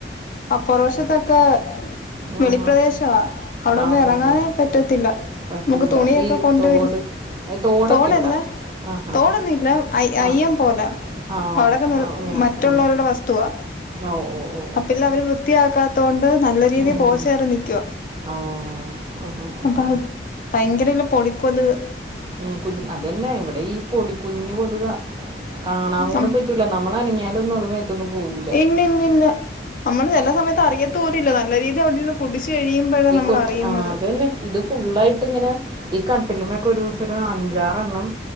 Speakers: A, on the left; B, on the right.
A: അ പൊറവശത്ത് ഒക്കെ
B: ആ
A: വെളി പ്രദേശ ആ അവിട
B: ആ
A: ഒന്നും
B: ഹോ
A: ഇറങ്ങാനേ
B: ഹോ
A: പറ്റത്തില്ല
B: പറ്റൂല
A: മ്മക്ക് തുണിയൊക്കെ
B: ഈ
A: കൊണ്ടേ
B: തോട്
A: വിരി
B: ഏ, തോടൊക്കെ
A: തോടല്ലേ
B: ഉണ്ടോ ആ ഹാ
A: തോട് ഒന്നും ഇല്ല അയ്യ
B: ആ
A: അയ്യം പോല
B: ആ ഓ
A: അവിടൊക്കെ
B: ആ, ഇങ്ങനെ
A: മറ്റുള്ള
B: ഉം.
A: അവരുടെ വസ്തുവാ
B: ഓ ഓ ഓ ഓ
A: പ്പില്ല അവര് വൃത്തിയാക്കാത്ത കൊണ്ട് നല്ല രീതി
B: ഉം.
A: പോച്ചേറി നിക്കുവാ
B: ഓ ഹ, ഹ, ഹ,
A: അപ്പാൾ
B: ഹ.
A: ഭയങ്കര ഇല്ലേ പൊടി കൊതുക്
B: ഉം കുഞ്ഞ് അതന്നെ ഇവിടെ ഈ പൊടി കുഞ്ഞ് കൊതുക കാണാൻ കൂടെ
A: ഉം
B: പറ്റ റ്റുല്ല നമ്മള് അനങ്ങിയാല് ഒന്നും അത് മെ ഇത് ഒന്നും പോകു
A: ഇന്ന ഇന്ന ഇന്ന അമ്മള് ചെല സമയത്ത് അറിയത്തു കൂടിയില്ല നല്ല രീതി അവിടെന്ന് കുടിച്ച് കഴിയുമ്പോഴാണ്
B: ഈ
A: നമ്മൾ
B: കൊച്ച്
A: അറിയുന്നത്
B: ആ, അതന്നെ ഇത് ഫുുള്ളായിട്ട് ഇങ്ങനെ ഈ കട്ടിലിമേ ഒക്കെ ഒരു ദിവസം ഒരു അഞ്ചാറ് എണ്ണം